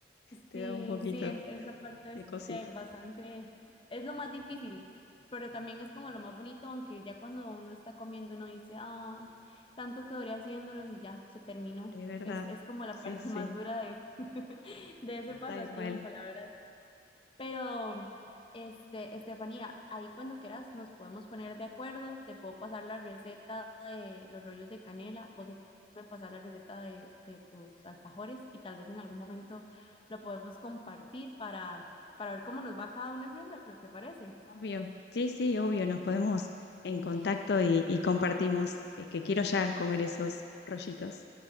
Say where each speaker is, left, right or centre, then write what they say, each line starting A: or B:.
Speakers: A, on the left (about 65°); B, on the left (about 30°).
A: te
B: Sí,
A: da un poquito
B: sí, es, esa parte
A: de
B: es
A: cosita.
B: de bastante, es lo más difícil, pero también es como lo más bonito, aunque ya cuando uno está comiendo uno dice, ay, tanto que duré haciéndolos y ya, se terminó.
A: Es verdad,
B: Es, es como la
A: sí,
B: parte
A: sí,
B: más dura de, <laughs> de ese pasatiempo,
A: tal cual.
B: la verdad. Pero, este, Estefanía, ahí cuando quieras nos podemos poner de acuerdo. Te puedo pasar la receta de los rollos de canela, vos me pasas la receta de, de tus alfajores y tal vez en algún momento lo podemos compartir para, para ver cómo nos va cada una haciendo, ¿te parece?
A: Obvio, sí, sí, obvio, nos podemos en contacto y, y compartimos, es que quiero ya comer esos rollitos.